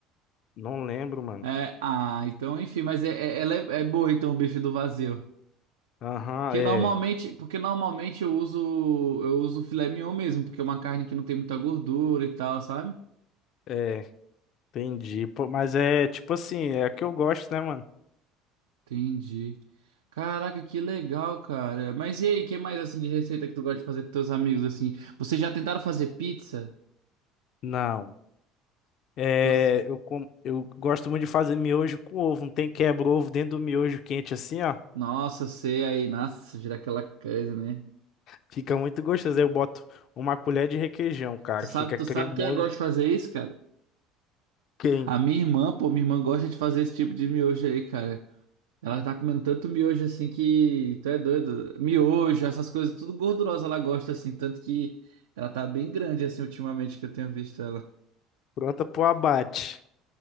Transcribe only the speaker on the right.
É, ah, então, enfim, mas é, é, ela é, é boa, então, o bife do vazio.
Que
normalmente, porque normalmente eu uso, eu uso filé mignon mesmo, porque é uma carne que não tem muita gordura e tal, sabe?
Entendi. Caraca, que legal, cara. Mas e aí, que mais assim de receita que tu gosta de fazer com teus amigos assim? Vocês já tentaram fazer pizza?
Pos-
Nossa, eu sei aí, nossa, gira aquela coisa, né?
Tu sabe,
tu
sabe quem gosta de fazer isso, cara?
A minha irmã, pô, minha irmã gosta de fazer esse tipo de miojo aí, cara. Ela tá comendo tanto miojo assim que tu é doido. Miojo, essas coisas, tudo gordurosa ela gosta assim, tanto que ela tá bem grande assim ultimamente que eu tenho visto ela.